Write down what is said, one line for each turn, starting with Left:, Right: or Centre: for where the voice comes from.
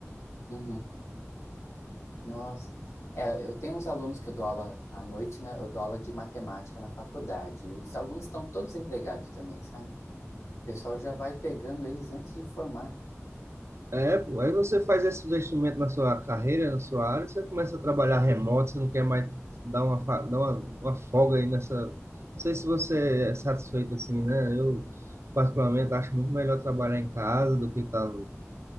Left: Uhum. Nossa. É, eu tenho uns alunos que eu dou aula à noite, né? Eu dou aula de matemática na faculdade. E os alunos estão todos empregados também, sabe? O pessoal já vai pegando eles antes de formar.
Right: É, pô, aí você faz esse investimento na sua carreira, na sua área, você começa a trabalhar remoto, você não quer mais dar uma, fa- dar uma, uma folga aí nessa. Não sei se você é satisfeito assim, né? Eu, particularmente, acho muito melhor trabalhar em casa do que estar